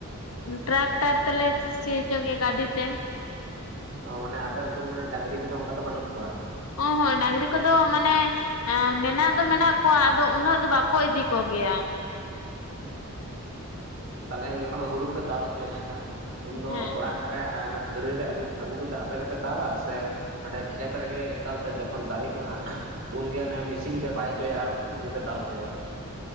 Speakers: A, on the left; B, on the right.
A: ᱴᱨᱟᱠᱴᱟᱨ ᱛᱮᱞᱮ ᱥᱤ ᱦᱚᱪᱚ ᱜᱮᱭᱟ ᱜᱟᱹᱰᱤ ᱛᱮ᱾
B: ᱚ ᱢᱟᱱᱮ ᱟᱯᱮ ᱚᱱᱛᱮ ᱫᱚ ᱢᱟᱱᱮ ᱰᱟᱝᱨᱤ ᱠᱚᱫᱚ ᱚᱱᱠᱟ ᱫᱚ ᱵᱟᱹᱱᱩᱜ ᱠᱚᱣᱟ᱾
A: ᱚ ᱦᱚᱸ ᱰᱟᱝᱨᱤ ᱠᱚᱫᱚ ᱢᱟᱱᱮ᱾ ᱮᱸ ᱢᱮᱱᱟᱜ ᱫᱚ ᱢᱮᱱᱟᱜ ᱠᱚᱣᱟ ᱟᱫᱚ ᱩᱱᱟᱹᱜ ᱫᱚ ᱵᱟᱠᱚ ᱤᱫᱤ ᱠᱚᱜᱮᱭᱟ᱾
B: ᱩᱸ, ᱛᱟᱞᱦᱮ ᱡᱚᱠᱷᱚᱱ ᱦᱩᱲᱩ ᱯᱮ ᱫᱟᱞ ᱦᱚᱪᱚᱭᱟ ᱦᱮᱸ ᱥᱮ, ᱩᱱᱫᱚ
A: ᱦᱮᱸ
B: ᱚᱲᱟᱜ ᱟᱨᱮ ᱚᱱᱟ ᱠᱷᱟᱹᱨᱟᱹᱭ ᱨᱮ ᱟᱹᱜᱩ ᱟᱹᱜᱩ ᱠᱟᱛᱮᱜ ᱟᱯᱮ ᱜᱮᱯᱮ ᱫᱟᱞᱟ ᱥᱮ ᱦᱟᱸᱰᱮ ᱠᱷᱮᱛ ᱨᱮᱜᱮ ᱮᱠᱟᱞᱛᱮ ᱡᱚᱠᱷᱚᱱ ᱫᱟᱨᱮ ᱠᱚᱜᱼᱟ ᱩᱱᱜᱮ ᱦᱟᱱᱮ ᱢᱤᱥᱤᱱ ᱯᱮ ᱵᱟᱭ ᱦᱚᱪᱚᱭᱟ ᱟᱨ ᱩᱱᱜᱮᱯᱮ ᱫᱟᱞ ᱦᱚᱪᱚᱭᱟ?